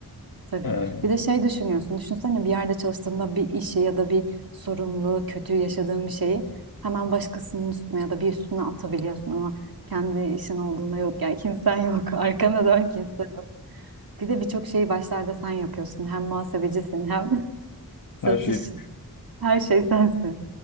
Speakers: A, on the right; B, on the left.
A: tabii.
B: e,
A: Bir de şey düşünüyorsun. Düşünsene bir yerde çalıştığında bir işi ya da bir sorumluluğu, kötü yaşadığın bir şeyi hemen başkasının üstüne ya da bir üstüne atabiliyorsun ama kendi işin olduğunda yok yani kimsen yok. <laughs> Arkana dön kimse yok. Bir de birçok şeyi başlarda sen yapıyorsun. Hem muhasebecisin hem <laughs> satışçısın.
B: her şey.
A: Her şey sensin.